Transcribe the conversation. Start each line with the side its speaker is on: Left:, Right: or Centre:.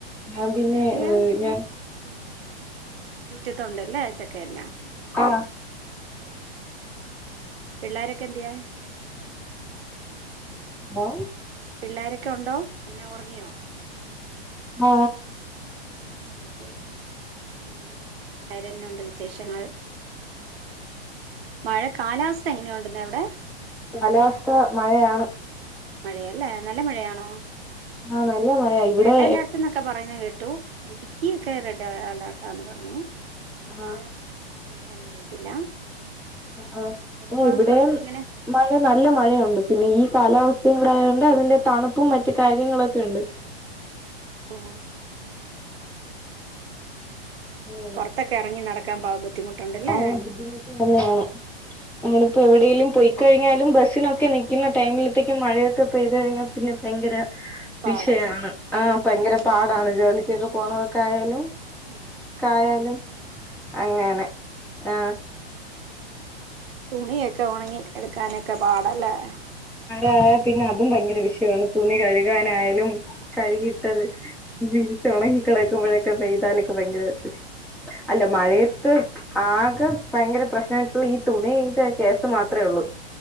Centre: ഞാൻ പിന്നെ
Right: ഇതെവിടെയാ
Centre: ഏഹ് ഞാൻ
Right: ഉം മിറ്റത്തുണ്ടല്ലേ ചക്ക- പിന്നെ
Centre: ആ
Right: ഓക്കേ ഓക്കേ
Centre: ഉം
Right: പിള്ളാരൊക്കെന്തിയെ
Centre: മോം
Right: പിള്ളാരൊക്കെ ഒണ്ടോ എന്നാ ഒറങ്ങിയോ
Centre: ആ
Right: ഓഓ പിന്നെ വേറെന്നുണ്ട് വിശേഷങ്ങൾ മഴ കാലാവസ് ത്തെങ്ങനെയുണ്ടെന്നവിടെ
Centre: കാലാവസ്ഥ മഴയാണ്
Right: മഴയല്ലേ നൽ ല്ല മഴയാണോ
Centre: ആഹ് നല്ല മഴയാ ഇവിടെ
Right: റെഡ് അലേർട്ട് ന്നൊക്കെ പറയന്ന് കേ ട്ടു ഇടുക്കിയൊക്കെ റെഡ് അലേർട്ടാന്ന് പറഞ്ഞു അവിടെ
Centre: ആഹ്
Right: എങ്ങനെയാന്ന് അറിയത്തില്ല
Centre: ആ
Right: ചില
Centre: ആ
Right: ഭാഗങ്ങളൊക്കെ
Centre: ഇവിടെയും
Right: ഇങ്ങനെ
Centre: മഴ നല്ല മഴയുണ്ട് പിന്നെ ഈ കാലാവസ്ഥയും കൂടെ ആയതുകൊണ്ട് അതിന്റെ തണുപ്പും മറ്റും കാര്യങ്ങളൊക്കെ ഇണ്ട്
Right: ഓ
Centre: മ്
Right: പുറത്തൊക്കെ ഇറങ്ങി നടക്കാൻ പാ ബുദ്ധിമുട്ടുണ്ടല്ലേ
Centre: ആ ബുദ്ധിമുട്ട് തന്നെയാണ് നമ്മള് ഇപ്പോ എവിടെലും പോയി കഴിഞ്ഞാലും ബസ്സിനൊക്കെ നിൽക്കുന്ന ടൈമിലത്തേക്ക് മഴയൊക്കെ പെയ്തു കഴിഞ്ഞാൽ പിന്നെ ഭയങ്കര
Right: പാടാ
Centre: വിഷയാണ്
Right: ശരി
Centre: ആ
Right: ഉം
Centre: ഭയങ്കര പാടാണ് ജോലിക്കൊക്കെ ഓണൊക്കെ ആയാലും
Right: മ്
Centre: ആയാലും അങ്ങനെ ആ
Right: തുണിയൊക്കെ ഉണങ്ങി എടുക്കാനക്കെ പാടാ. ല്ല എ
Centre: ഏ പിന്നെ അതും ഭയങ്കര വിഷയാണ് തൂണി കഴുകാനായലും കൈ കിട്ടത് വിരിച്ച് ഒണങ്ങി കെടക്കുമ്പോഴൊക്കെ പെയ്താലൊക്കെ ഭയങ്കര അല്ല
Right: അതെ
Centre: മഴയത്ത്
Right: അതെ
Centre: ആകെ ഭയങ്കര പ്രേശ്നായിട്ടുള്ള ഈ തുണി <unintelligible>